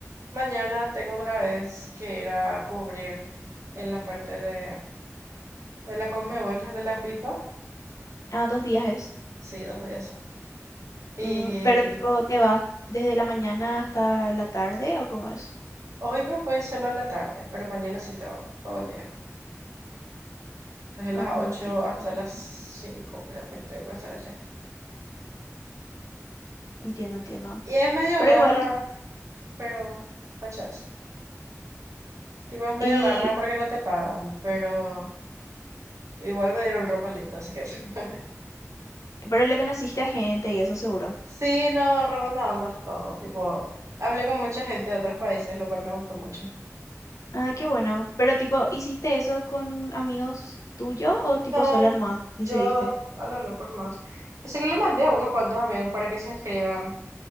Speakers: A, on the right (about 70°); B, on the left (about 80°).
A: Mañana tengo otra vez que ir a cubrir en la parte de, de la Conmebol, de la FIFA.
B: Ah, dos días es.
A: Sí, dos días son. Y
B: Mm, pero tipo, ¿te vas desde la mañana hasta la tarde o cómo es?
A: hoy me voy solo a la tarde, pero mañana sí tengo todo el día. Desde
B: Ah,
A: las ocho
B: entiendo,
A: hasta
B: entiendo.
A: las cinco creo que tengo que estar allá.
B: Entiendo, entiendo. entiendo.
A: Y es medio
B: Pero
A: garra,
B: igual,
A: pero fachas. Tipo, es medio
B: y
A: garra porque no te pagan, pero igual me dieron ropa linda, así que... <laughs>
B: pero le conociste a gente y eso seguro.
A: Sí, no, re buena onda todo. Tipo, hablé con mucha gente de otros países, lo cual me gustó mucho.
B: Ah, qué bueno. Pero tipo, ¿hiciste eso con amigos tuyos o tipo
A: No,
B: sola nomás decidiste?
A: yo a lo loco más. Dice que le mandé a unos cuantos amigos para que se inscriban.